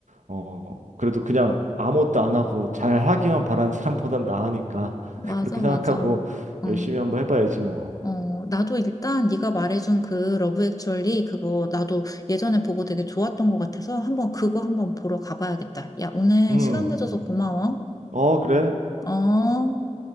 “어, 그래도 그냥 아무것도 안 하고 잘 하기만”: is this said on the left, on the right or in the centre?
Right